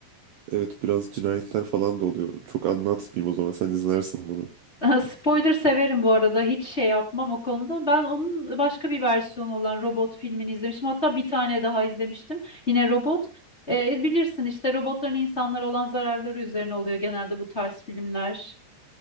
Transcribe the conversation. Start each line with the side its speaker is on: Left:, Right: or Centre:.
Right: Evet biraz cinayetler falan da oluyor. Çok anlatmayayım o zaman. Sen izlersin bunu.
Left: <laughs> Spoiler severim bu arada. Hiç şey yapmam o konuda. Ben onun başka bir versiyonu olan robot filmini izlemiştim. Hatta bir tane daha izlemiştim. Yine robot. Ee, bilirsin işte robotların insanlara olan zararları üzerine oluyor genelde bu tarz filmler.